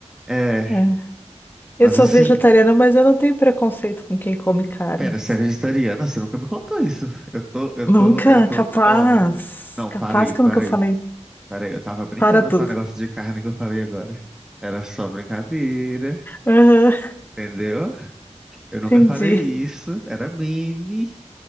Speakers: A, in the centre; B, on the left.
A: é.
B: É. Eu
A: Mas
B: sou
A: assim,
B: vegetariana, mas eu não tenho preconceito com quem come carne.
A: pera, você é vegetariana? Você nunca me contou isso. Eu tô, eu
B: Nunca,
A: tô, eu tô.
B: capaz.
A: Ó, não,
B: Capaz
A: para aí,
B: que
A: para
B: eu nunca falei.
A: aí, para aí. Eu tava brincando,
B: Para tudo.
A: tá? O negócio de carne que eu falei agora. Era só brincadeira.
B: Aham,
A: Entendeu? Eu nunca
B: Entendi.
A: falei isso. Era meme.